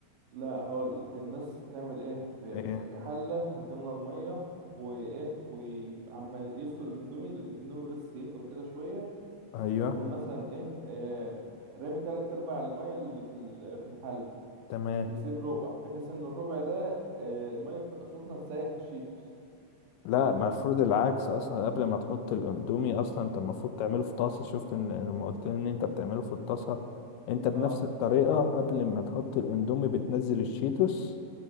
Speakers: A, on the right; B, on the left.
A: لا هقولك الناس بتعمل إيه ب-
B: ايه
A: حلة وتملى المية وإيه وعمال يسلق الأندومي الأندومي بس يطرى كده شوية
B: ايوه
A: يقوم مثلا إيه آه... رامي تلات أرباع المية اللي في ال- في الحلة
B: تمام
A: بيسيب ربع بحيث ان الربع ده آه، الميه تبقى سخنه تسيح الشيتوس
B: لا المفروض العكس اصلا قبل ما تحط الاندومي اصلا انت المفروض تعمله في طاسه شفت ان إن لما قلت لي ان انت بتعمله في الطاسه انت بنفس
A: اه
B: الطريقه قبل ما تحط الاندومي بتنزل الشيتوس